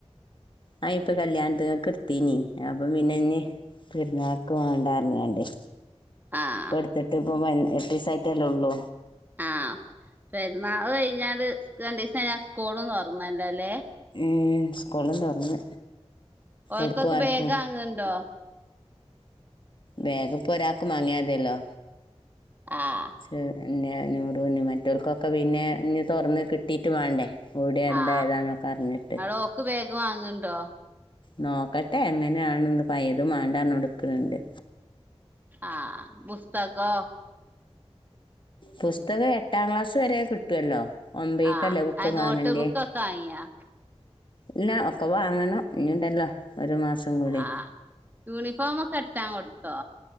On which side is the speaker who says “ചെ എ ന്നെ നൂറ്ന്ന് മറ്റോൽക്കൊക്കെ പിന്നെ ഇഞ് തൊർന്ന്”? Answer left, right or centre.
Left